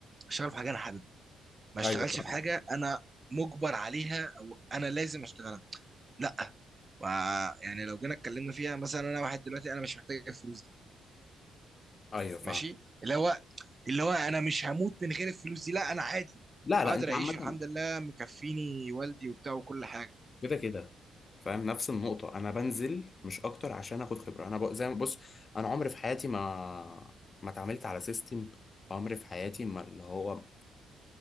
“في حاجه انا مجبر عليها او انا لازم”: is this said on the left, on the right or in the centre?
Right